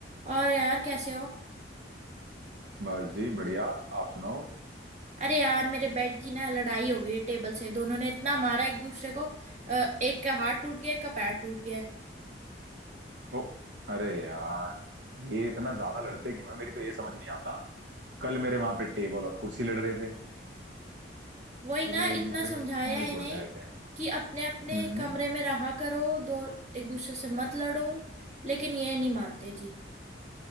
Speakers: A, on the right; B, on the right.
A: और यार कैसे हो
B: बस जी बढ़िया आप सुनाओ
A: अरे यार मेरे बेड की ना लड़ाई हो गई है टेबल से दोनों ने इतना मारा एक दूसरे को अ, एक का हाथ टूट गया एक का पैर टूट गया
B: ओ अरे यार ये इतना ज्यादा लड़ते क्यों है मेरी तो ये समझ नहीं आता कल मेरे वहां पे टेबल और कुर्सी लड़ रहे थे
A: वही
B: ये
A: ना
B: लोग एक
A: इतना
B: दूसरे
A: समझाया
B: के हाथ पाँव
A: है
B: भी तोड़ते
A: इन्हें
B: रहते हैं
A: कि अपने अपने
B: हम्म
A: कमरे में रहा करो दो एक दूसरे से मत लड़ो लेकिन ये नहीं मानते जी